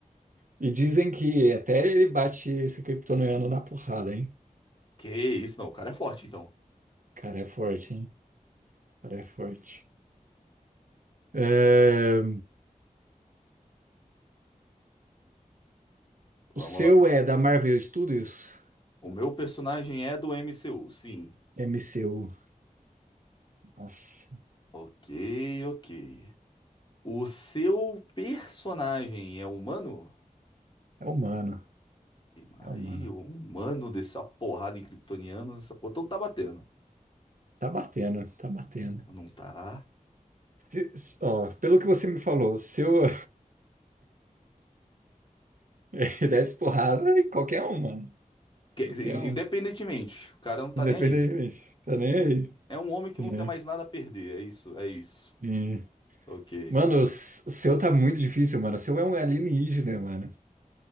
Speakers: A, on the right; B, on the left.
A: E dizem que até ele bate esse kryptoniano na porrada, hein?
B: Que isso, não. O cara é forte, então.
A: Cara, é forte, hein? Cara, é forte. É,
B: Vamos
A: O seu
B: lá.
A: é da Marvel Studios?
B: O meu personagem é do MCU, sim.
A: MCU. Nossa,
B: Ok, ok. O seu personagem é humano?
A: é humano,
B: Ih, mas
A: é humano.
B: Aí, o humano desceu a porrada em kryptoniano. essa- O Então tá batendo.
A: Tá batendo, tá batendo.
B: Não tá.
A: Se- se- ó, pelo que você me falou, se eu <laughs> desse porrada em qualquer um, mano.
B: Que-
A: Qualquer
B: in-
A: um.
B: Independentemente, o cara não tá
A: Independentemente.
B: nem aí.
A: Tá nem aí.
B: É um homem que
A: É.
B: não tem mais nada a perder. É isso, é isso.
A: E-
B: Ok.
A: Mano, o s- o seu tá muito difícil, mano. O seu é um alienígena, mano.